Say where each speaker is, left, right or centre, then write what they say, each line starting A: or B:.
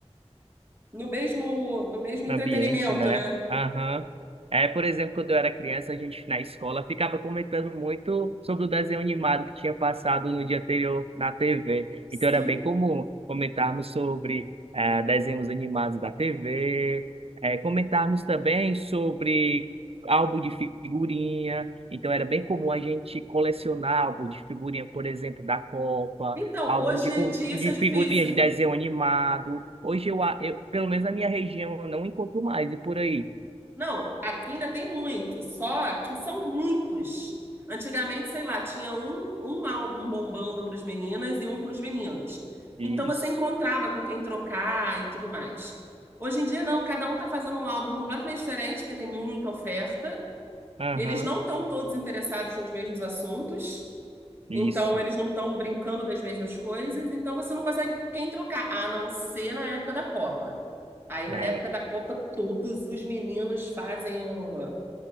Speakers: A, on the right; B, on the right.
A: no mesmo, no mesmo entretenimento,
B: Ambiente, né?
A: né?
B: Aham. É, por exemplo, quando eu era criança, a gente na escola ficava comentando muito sobre o desenho animado que tinha passado no dia anterior na TV.
A: Sim.
B: Então era bem comum comentarmos sobre eh, desenhos animados da TV, eh, comentarmos também sobre álbum de figurinha. Então era bem comum a gente colecionar álbum de figurinha, por exemplo, da Copa.
A: Então,
B: álbum
A: hoje
B: de, co-
A: em dia
B: de
A: isso é difícil.
B: figurinha de desenho animado. Hoje eu, a- eu- pelo menos na minha região, eu não encontro mais e por aí.
A: Não, aqui ainda tem muitos, só que são muitos. Antigamente, sei lá, tinha um, um álbum bombando para as meninas e um para os meninos.
B: Isso.
A: Então você encontrava com quem trocar e tudo mais. Hoje em dia, não, cada um está fazendo um álbum completamente diferente, porque tem muita oferta.
B: Aham.
A: Eles não estão todos interessados nos mesmos assuntos,
B: Isso.
A: então eles não estão brincando das mesmas coisas, então você não consegue com quem trocar, a não ser na época da Copa. Aí na
B: É.
A: época da Copa, todos os meninos fazem o,